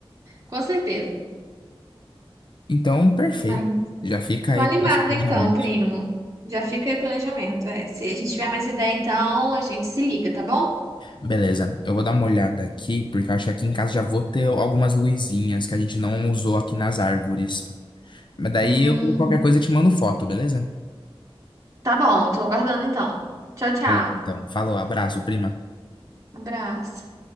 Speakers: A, on the right; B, on the left.
A: Com certeza.
B: Então, perfeito.
A: Mas
B: Já fica aí
A: tô animada
B: esse planejamento.
A: então, primo. Já fica aí o planejamento. É, se a gente tiver mais ideia, então a gente se liga, tá bom?
B: Beleza, eu vou dar uma olhada aqui, porque eu acho que aqui em casa já vou ter algumas luzinhas que a gente não usou aqui nas árvores. Mas daí
A: Hum,
B: eu, qualquer coisa, eu te mando foto, beleza?
A: tá bom, tô aguardando então. Tchau, tchau.
B: Beleza, então. Falou, abraço, prima.
A: Um abraço.